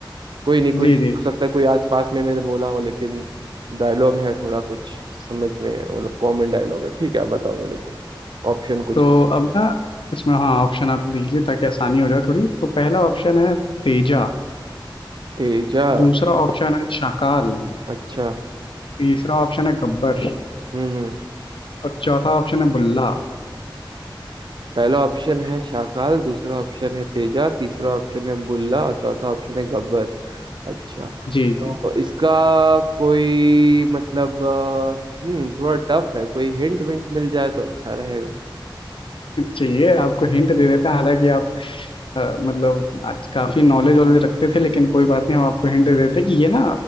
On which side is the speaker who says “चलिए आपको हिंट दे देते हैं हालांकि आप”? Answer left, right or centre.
Left